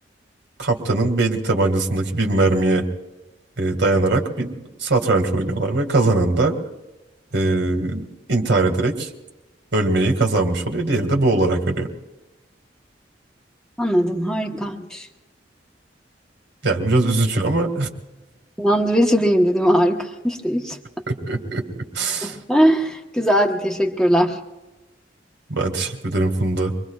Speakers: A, on the right; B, in the centre.
A: kaptanın beylik tabancasındaki bir mermiye e, dayanarak bir satranç oynuyorlar ve kazanan da e, intihar ederek ölmeyi kazanmış oluyor. Diğeri de bu olarak ölüyor.
B: Anladım harikaymış.
A: Yani biraz üzücü ama
B: İnandırıcı değildi değil mi? Harikaymış değil.
A: <laughs>
B: <laughs> Güzeldi teşekkürler.
A: ben teşekkür ederim Funda.